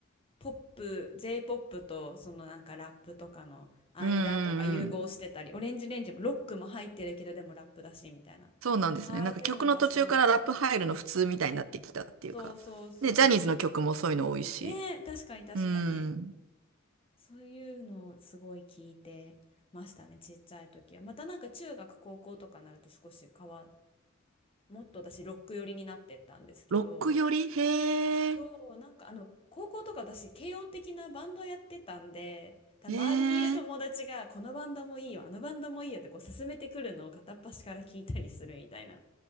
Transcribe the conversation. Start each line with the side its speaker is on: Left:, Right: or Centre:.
Left: ポップ、j ポップとそのなんかラップとかの間とか融合してたり、
Right: うんうんうん。
Left: オレンジレンジもロックも入ってるけどでもラップだしみたいな。
Right: そうなんですね。
Left: ああいうのがそう。
Right: なんか曲の途中からラップ入るの普通みたいになってきたっていうか。
Left: そうそうそ
Right: ね、ジャニーズの曲もそういうの多いし。
Left: う。ねえ、確かに確かに。
Right: うん。
Left: そういうのをすごい聞いてましたね、ちっちゃい時は。またなんか中学、高校とかになると少し変わ、もっと私ロック寄りになってったんですけど、
Right: ロックよりへえ、
Left: そう、なんかあの、高校とか私軽音的なバンドやってたんで、多分周りにいる友達がこのバンドもいいよ、
Right: へえ、
Left: あのバンドもいいよってこう勧めてくるのを片っ端から聞いたりするみたいな。